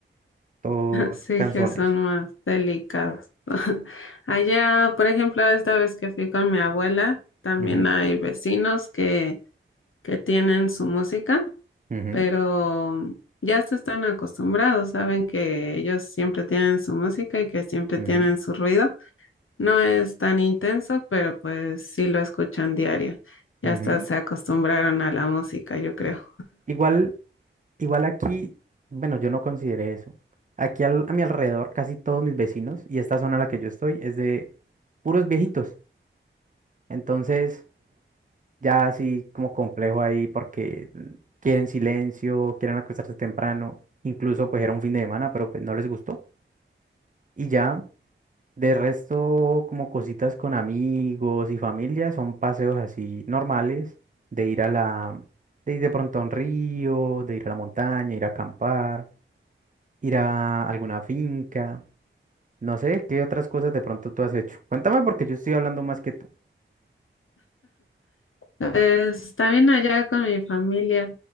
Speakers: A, on the right; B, on the left.
A: todos
B: Sí,
A: canzones.
B: que son más delicados. <laughs> Allá, por ejemplo, esta vez que fui con mi abuela, también
A: Ujú,
B: hay vecinos que, que tienen su música,
A: ujú,
B: pero ya se están acostumbrados, saben que ellos siempre tienen su música y que siempre
A: ujú,
B: tienen su ruido. No es tan intenso, pero pues sí lo escuchan diario. Ya
A: ujú.
B: hasta se acostumbraron a la música, yo creo.
A: Igual, igual aquí, bueno, yo no consideré eso. Aquí al- a mi alrededor, casi todos mis vecinos, y esta zona en la que yo estoy, es de puros viejitos. Entonces, ya así como complejo ahí porque quieren silencio, quieren acostarse temprano, incluso pues era un fin de semana, pero pues no les gustó. Y ya, de resto como cositas con amigos y familia, son paseos así normales, de ir a la, de ir de pronto a un río, de ir a la montaña, ir a acampar, ir a alguna finca, no sé, qué otras cosas de pronto tú has hecho. Cuéntame porque yo estoy hablando más que tú.
B: Pues, también allá con mi familia.